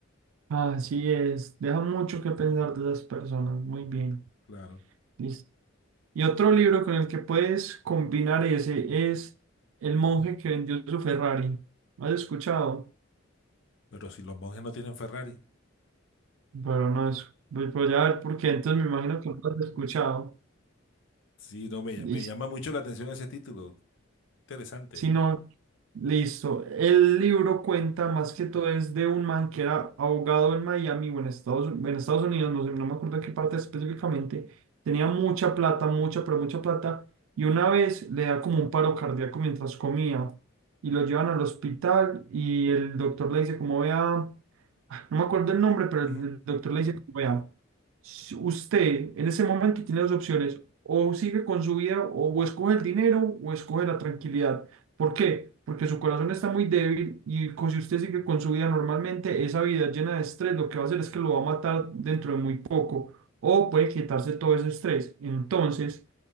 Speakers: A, on the right; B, on the left.
A: así es. Deja mucho que pensar de esas personas. Muy bien,
B: Claro.
A: listo. Y otro libro con el que puedes combinar ese es El monje que vendió su Ferrari. ¿Has escuchado?
B: Pero si los monjes no tienen Ferrari.
A: Pero no es. Voy voy a ver por qué, entonces me imagino que no lo has escuchado.
B: Sí, no, me,
A: Listo.
B: ll- me llama mucho la atención ese título. Interesante.
A: Si no, listo. El libro cuenta más que todo es de un man que era abogado en Miami o en Estados, en Estados Unidos, no sé, no me acuerdo qué parte específicamente. Tenía mucha plata, mucha, pero mucha plata. Y una vez le da como un paro cardíaco mientras comía. Y lo llevan al hospital y el doctor le dice como vea, no me acuerdo el nombre, pero
B: Ujú.
A: el el doctor le dice como vea. si Usted en ese momento tiene dos opciones, o sigue con su vida, o, o escoge el dinero, o escoge la tranquilidad. ¿Por qué? Porque su corazón está muy débil y co- si usted sigue con su vida normalmente, esa vida llena de estrés lo que va a hacer es que lo va a matar dentro de muy poco, o puede quitarse todo ese estrés. Entonces,